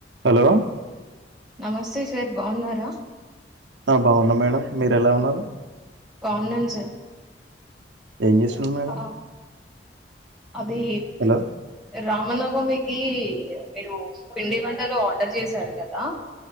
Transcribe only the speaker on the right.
Hello
ఆ బాగున్నా మేడం మీరు ఎలా ఉన్నారు
ఏం చేస్తున్నరు మేడం
హలో